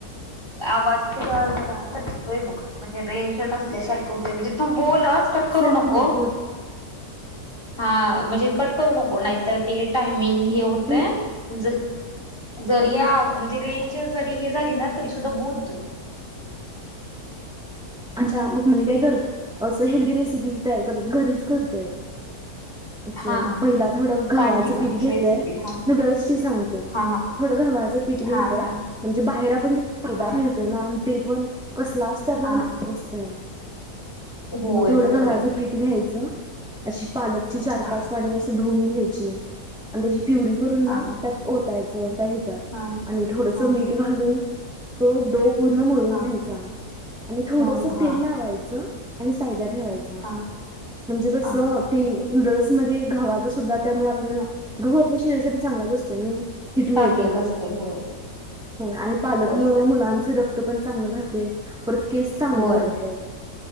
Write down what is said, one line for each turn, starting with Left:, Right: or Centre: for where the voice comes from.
Left: आवाज तुझा जरा कटतोय बघ. म्हणजे रेंज नसल्यासारखं होतय. म्हणजे तू बोलच. कट करू
Centre: असं आहे ना
Left: नको.
Centre: भरपूर
Left: हा म्हणजे कट करू नको. नाही तर ते टायमिंग हे होतय.
Centre: बोल ना.
Left: ज जरी या आव म्हणजे रेंज जरी हे झाली ना, तरी सुद्धा बोल तू.
Centre: आमच्या मामी काय करते. असं हेल्दी रेसिपीज तयार करत घरीच करतेत. असं
Left: हा हा
Centre: पहिल
Left: हा
Centre: थोडं गव्हाचं
Left: सांग की मग
Centre: पीठ घेतय.
Left: रेसिपी हा
Centre: नूडल्स ची सांगते.
Left: हा हा
Centre: थोडं गव्हाचं पीठ घेतात.
Left: हा सांग की
Centre: म्हणजे बाहेर आपण घेतो मैदा.
Left: हा
Centre: आण ते पण कसला असतय आपल्याला
Left: हा
Centre: माहित नसतय.
Left: होय
Centre: म थोडं
Left: बरोबर
Centre: गव्हाचं
Left: आहे की
Centre: पीठ घ्यायचं. अशी पालकची चार
Left: हा
Centre: पाच पाणी अस धुन घ्यायची. आणि त्याची प्युरी करून
Left: हा
Centre: ना,
Left: हा
Centre: त्यात ओतायचं द हच्यात.
Left: हा
Centre: आणि थोडस
Left: हा
Centre: मीठ घालून तो दोप पूर्ण मोळून
Left: हा
Centre: घ्यायचा. आणि थोडस
Left: मग हा
Centre: तेल लावायचं. आणि साईडला ठेवायचं.
Left: हा
Centre: म्हणजे कसं?
Left: हा हा
Centre: ते नूडल्स मध्ये गव्हाचा सुद्धा त्यामुळे आपल्याला, गहू आपल्या शरीरासाठी चांगलाच असतोय नई. हिट मिळते
Left: चांगलंच
Centre: या.
Left: असते होय
Centre: हो. आणि पालक
Left: होय
Centre: मुळ मुलांच रक पण चांगलं राहते. परत केस चांगले
Left: होय
Centre: वाढतात.